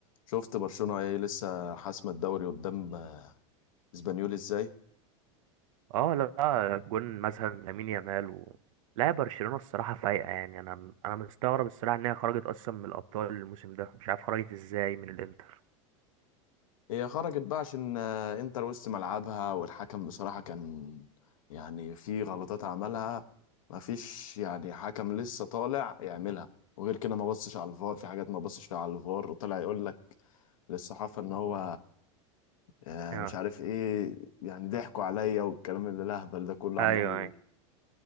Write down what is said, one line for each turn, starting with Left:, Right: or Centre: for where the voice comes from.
Left: شفت برشلونة ايه لسه حاسمة الدوري قدام اسبانيول ازاي
Right: اه لا جون مثلا لامين يامال و... لا برشلونة الصراحة فايقة يعني انا انا مستغرب الصراحة ان هي خرجت اصلا من الابطال الموسم ده مش عارف خرجت ازاي من الانتر
Left: هي خرجت بقى عشان آه، انتر وسط ملعبها والحكم بصراحة كان يعني في غلطات عملها مفيش يعني حكم لسه طالع يعملها وغير كده ما بصش على الفار في حاجات ما بصش فيها على الفار وطلع يقول لك للصحافة ان هو آه،
Right: اه
Left: مش عارف ايه يعني ضحكوا عليا والكلام اللي الهبل ده كله
Right: ايوه
Left: عمال يقول
Right: ايوه